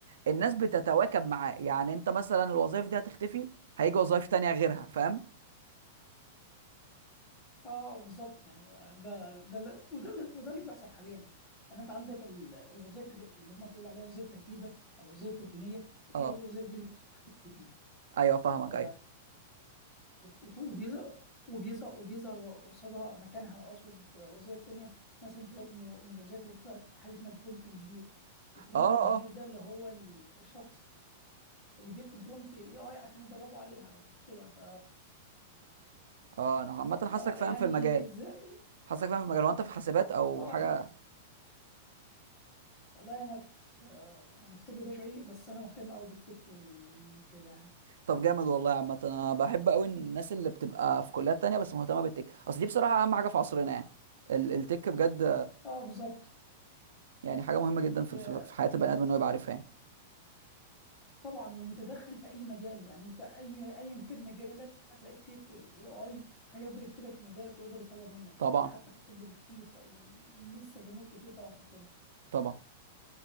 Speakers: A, on the right; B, on the left.
A: الناس بتتواكب معاه يعني أنت مثلا الوظائف دي هتختفي هيجي وظائف تانية غيرها فاهم
B: اه بالظبط يعني آه، ده ده اللي- وده اللي وده اللي بيحصل حاليا يعني انت عندك ال- الوظائف الر- اللي هم بيقولوا عليها وظائف رتيبه او وظائف روتينيه
A: اه
B: هي الوظائف دي اللي بتختفي
A: ايوه فاهمك
B: ف
A: ايوه
B: وبيظهر وبيظهر وبيظهر قصادها مكانها اقصد وظائف تانية مثلا دلوقتي من الو- من الوظائف اللي طلعت حاجه اسمها البرومت انجينير البرومت
A: اه
B: انجينير
A: اه
B: ده اللي هو ال- الشخص اللي بيكتب برومت للاي اي عشان يدربه عليها وكده ف
A: اه انا عامة
B: فيعني
A: حاسك فاهم في المجال
B: زي
A: حاسك فاهم في المجال وانت في حاسبات او
B: اه
A: حاجة
B: شو والله انا في يعني في طب بشري بس انا مهتم قوي بالتك والكده يعني
A: طب جامد والله يا عامة انا بحب قوي الناس اللي بتبقى في كليات تانية بس مهتمة بالتك اصل دي بصراحة اهم حاجة في عصرنا يعني ال- التك بجد
B: اه بالظبط
A: يعني حاجة مهمة جدا في
B: وطبعا
A: في في حياة البني ادم ان هو يبقى عارفها يعني
B: ومتدخل في اي مجال يعني انت اي ايا كان مجالك هتلاقي التك والاي اي هيقدر يفيدك في مجالك ويقدر يطور منك
A: طبعا
B: حتى في الطب بكتير طيب يعني ليه استخدامات كتير طبعا في الطب
A: طبعا